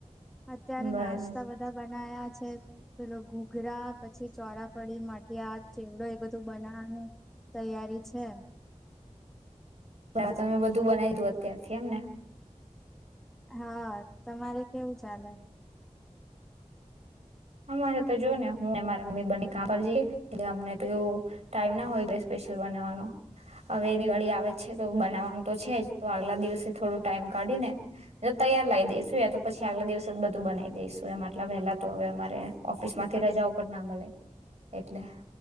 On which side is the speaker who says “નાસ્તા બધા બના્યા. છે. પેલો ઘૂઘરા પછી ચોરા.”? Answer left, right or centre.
Centre